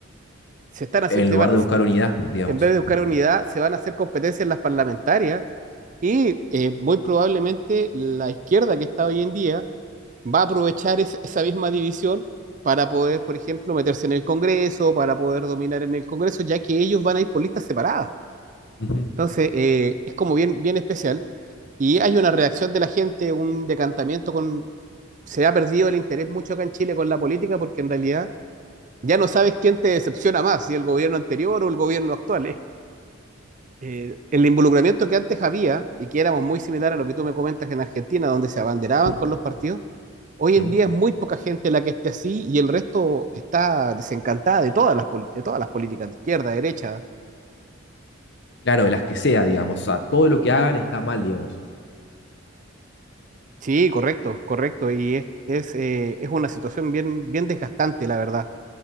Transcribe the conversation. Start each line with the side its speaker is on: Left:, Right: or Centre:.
Right: se están así,
Left: en
Right: se
Left: lugar
Right: van-
Left: de buscar unidad, digamos.
Right: en vez de buscar unidad, se van a hacer competencia en las parlamentarias y eh, muy probablemente la izquierda que está hoy en día va a aprovechar es- esa misma división para poder, por ejemplo, meterse en el Congreso, para poder dominar en el Congreso, ya que ellos van a ir por listas separadas.
Left: Ujú,
Right: Entonces, eh, es como bien, bien especial. Y hay una reacción de la gente, un decantamiento con... Se ha perdido el interés mucho acá en Chile con la política porque en realidad ya no sabes quién te decepciona más, si el gobierno anterior o el gobierno actual. ¿eh? Eh, el involucramiento que antes había y que éramos muy similar a lo que tú me comentas en Argentina, donde se abanderaban
Left: ujú.
Right: con los partidos, hoy
Left: ¿Sí?
Right: en día es muy poca gente la que esté así y el resto está desencantada de todas las, pol- de todas las políticas, de izquierda, derecha,
Left: Claro, de las que sea, digamos. O sea, todo lo que hagan está mal, digamos.
Right: Sí, correcto, correcto. Y es, es, eh, es una situación bien, bien desgastante, la verdad,